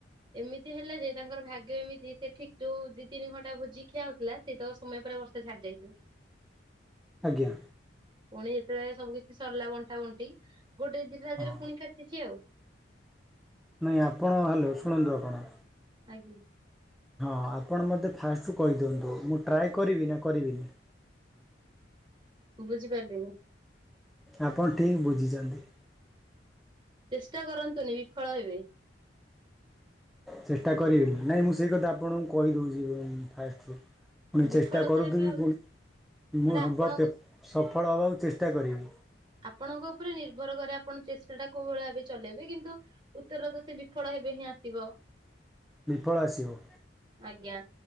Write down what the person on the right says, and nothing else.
ଏମିତି ହେଲା ଯେ ତାଙ୍କର ଭାଗ୍ୟ ଏମିତି ସେ ଠିକ ଦି ତିନି ଘଣ୍ଟା ଭୋଜି ଖିଆହଉଥିଲା। ସେଇତକ ସମୟ ପୁରା ବର୍ଷା ଛାଡି ଯାଇଥାଉ।
ପୁଣି ଯେତେବେଳେ ସବୁ କିଛି ସରିଲା ବଣ୍ଟା ବଣ୍ଟି ଗୋଟେ ଦିଟା ରାତିରେ
ପୁଣି କାଚିଚି ଆଉ।
ଆଜ୍ଞା।
ବୁଝିପାରିଲିନି?
ଚେଷ୍ଟା କରନ୍ତୁନି ବିଫଳ ହେବେ।
ବିଫଳ
ତ ହେବେ ଆଉ
ଏଟା
ଆପଣଙ୍କ
ଆପଣଙ୍କ ଉପରେ ନିର୍ଭର କରେ ଆପଣ ଚେଷ୍ଟାଟା କୋଉ ଭଳି ଭାବେ ଚଲେଇବେ କିନ୍ତୁ ଉତ୍ତର ତ ସେ ବିଫଳ ହେବେ ହିଁ ଆସିବ।
ଆଜ୍ଞା।